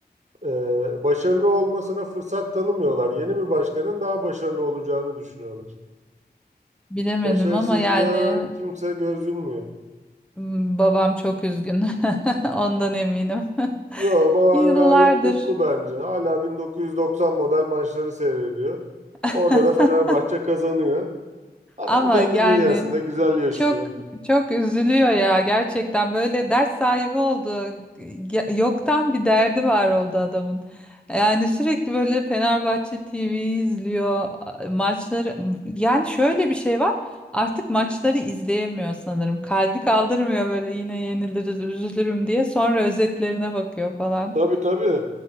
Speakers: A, on the right (about 45°); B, in the centre.
A: e, başarılı olmasına fırsat tanımıyorlar. Yeni bir başkanın daha başarılı olacağını düşünüyorlar.
B: Bilemedim
A: Başarısızlığa
B: ama yani
A: kimse göz yummuyor.
B: m, babam çok üzgün. <laughs> Ondan eminim.
A: Yo, Bavan
B: Yıllardır.
A: gayet mutlu bence. Hala 1990 model maçları seyrediyor.
B: <laughs>
A: Orada da Fenerbahçe kazanıyor. Adam
B: Ama
A: kendi
B: yani
A: dünyasında güzel yaşıyor.
B: çok çok üzülüyor ya gerçekten böyle dert sahibi oldu. Ge- Yoktan bir derdi var oldu adamın. Yani sürekli böyle Fenerbahçe TV'yi izliyor, maçları. Yani şöyle bir şey var. Artık maçları izleyemiyor sanırım. Kalbi kaldırmıyor böyle yine yeniliriz, üzülürüm diye. Sonra özetlerine bakıyor falan.
A: Tabii tabii.